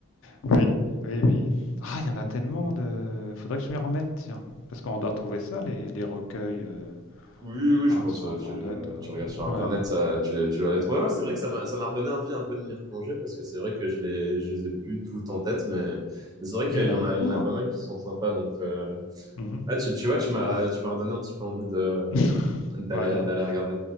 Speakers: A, on the left; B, on the right.
A: Oui, oui, oui. Ah, il y en a tellement de... Faudrait que je m'y remette, tiens. Parce qu'on doit trouver ça, les, les recueils euh,
B: Oui, oui,
A: hein,
B: je pense.
A: sur
B: euh,
A: Internet.
B: Tu,
A: euh.
B: tu regardes sur Internet,
A: Ouais.
B: ça, tu, tu dois les trouver. Ouais, c'est vrai que ça m'a, ça m'a redonné envie un peu de m'y replonger parce que c'est vrai que je les, je les ai plus toutes en tête, mais, mais c'est vrai qu'il
A: Mais il y en
B: y
A: a
B: en
A: beaucoup,
B: a, il y en a
A: hein.
B: pas mal qui sont sympas. Donc, euh,
A: Mhm.
B: ah, tu, tu vois, tu m'as, tu m'as redonné un petit peu envie de,
A: <laughs>
B: d'aller,
A: Voilà,
B: d'aller regarder.